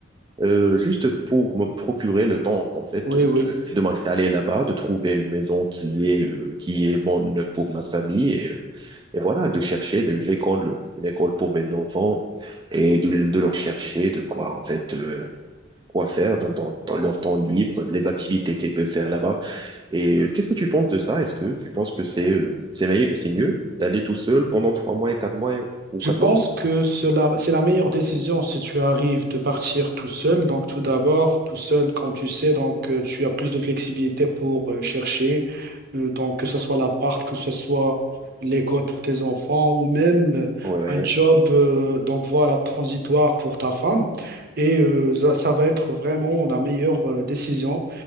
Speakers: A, on the right (about 20°); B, on the right (about 50°).
A: euh, juste pour me procurer le temps, en fait,
B: oui,
A: de,
B: oui.
A: de, de m'installer là-bas, de trouver une maison qui est, euh, qui est bonne pour ma famille et, euh, et voilà, de chercher de- une école, une école pour mes enfants et de, de leur chercher de quoi, en fait, euh, quoi faire dans, dans, dans leur temps libre, les activités qu'ils peuvent faire là-bas. Et euh, qu'est-ce que tu penses de ça? Est-ce que tu penses que c'est euh, c'est meilleur, c'est mieux d'aller tout seul pendant trois mois et quatre mois ou
B: Je
A: quatre
B: pense
A: mois?
B: que cela, c'est la meilleure décision si tu arrives de partir tout seul. Donc, tout d'abord, tout seul, comme tu sais, donc euh, tu as plus de flexibilité pour euh, chercher. Euh, donc, que ce soit l'appart, que ce soit l'école pour tes enfants ou même euh,
A: Ouais,
B: un job, euh, donc voilà, transitoire pour ta femme. Et euh, ça, ça va être vraiment la meilleure euh, décision